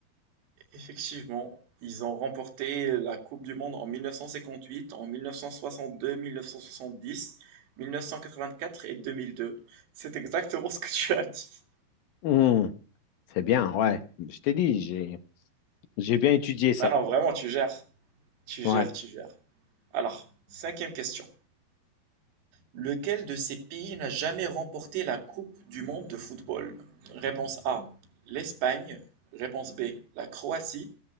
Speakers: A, on the right (about 85°); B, on the left (about 70°).
A: Effectivement, ils ont remporté la Coupe du monde en 1958, en 1962, 1970, 1984 et 2002. C'est exactement ce que tu as dit.
B: Hmm, c'est bien, ouais. Je t'ai dit, j'ai, j'ai bien étudié ça.
A: Non, non, vraiment, tu gères. Tu
B: Ouais,
A: gères, tu gères. Alors, cinquième question. Lequel de ces pays n'a jamais remporté la Coupe du monde de football? Réponse A: l'Espagne. Réponse B: la Croatie.